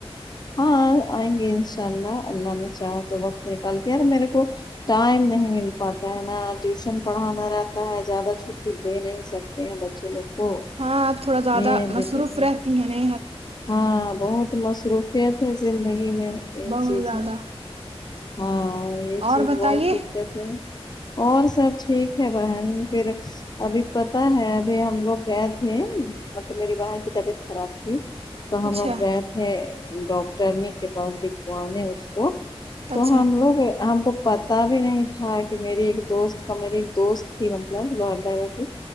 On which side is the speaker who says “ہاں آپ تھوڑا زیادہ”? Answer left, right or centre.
Right